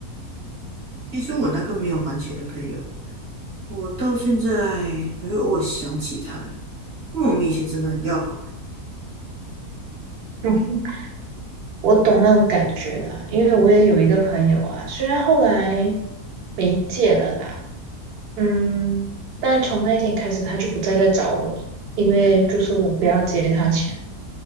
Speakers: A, on the right; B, on the right.
A: 其实我那个没有还钱的朋友，我到现在还会偶尔想起他欸，因为我们以前真的很要好。
B: 嗯我懂那种感觉啦，因为我也有一个朋友啊，虽然后来没戒了啦，嗯，但从那一天开始他就不再来找我了，因为就是我不要借他钱，